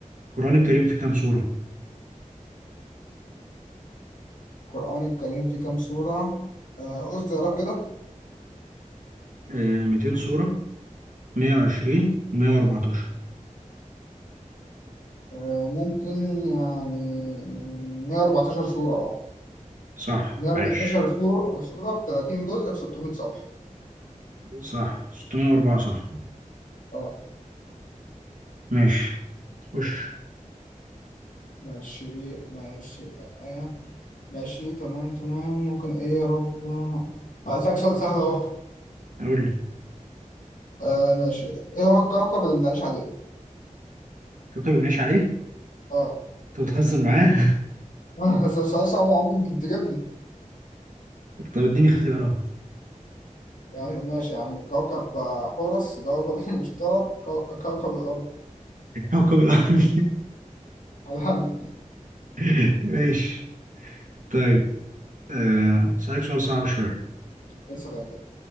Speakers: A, on the right; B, on the left.
A: القرآن الكريم فيه كام سورة؟
B: القرآن الكريم فيه كام سورة آه قول اختيارات كده
A: آه 200 سورة مية وعشرين مية وأربعتاشر
B: آه ممكن يعني 114 سورة آه.
A: صح
B: 114
A: عاش
B: صورة صورة في 30 جزء في 600 صفحة
A: صح ستمية وأربعة صفحة
B: اه
A: ماشي خش
B: ماشي ماشي آه. ماشي تمام تمام ممكن ايه يا رب آه، هسألك سؤال سهل اهو
A: أقول لي
B: آه ماشي ايه هو الكوكب اللي بنعيش عليه؟
A: كوكب بنعيش عليه
B: اه
A: أنت بتهزر معاه
B: <laughs> بس السؤال صعب يا عم يمكن تجيبني
A: <laughs> طب اديني اختيارات
B: يعني ماشي يا عم كوكب آه، حورس كوكب <laughs> المشتري كو- كوكب الأرض
A: كوكب الأرض
B: علامي
A: <laughs> ماشي طيب آه، أسألك سؤال صعب شوية
B: <laughs> يا سلام